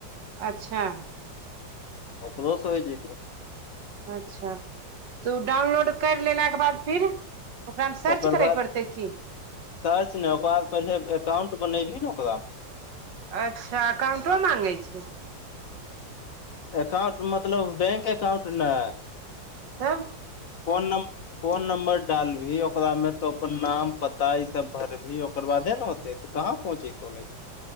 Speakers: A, on the right; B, on the left.
A: अच्छा
B: ओकरो सँ होइ जेतौ
A: अच्छा तऽ ओ डाउनलोड कर लेला के बाद फिर ओकरामे सर्च
B: ओकर
A: करय
B: बाद
A: पड़तै की
B: सर्च नै ओकर बाद पहिले एकाउंट बनेबही ने ओकरा
A: अच्छा अकाउंटो माँगै छै
B: एकाउंट मतलब बैंक एकाउंट नइ
A: तब
B: फोन नम फोन नम्बर डालबीही ओकरा मे तो अपन नाम पता ई सब भरबही ओकर बादे ने होते तऽ कहाँ पहुँ जेतो नहि